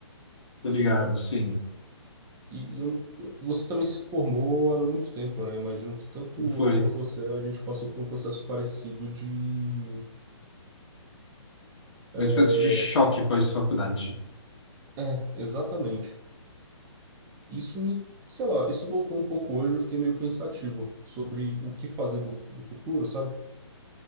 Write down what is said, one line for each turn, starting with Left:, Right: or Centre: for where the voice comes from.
Left: Tô ligado,
Right: E,
Left: sim.
Right: e eu- eu- você também se formou há não muito tempo, né? Imagino que tanto
Left: Foi
Right: eu quanto você, a gente passou por um processo parecido de... É,
Left: uma espécie de choque pós-faculdade.
Right: é, exatamente. Isso me... Sei lá, isso voltou um pouco hoje, eu fiquei meio pensativo sobre o que fazer do, do futuro, sabe?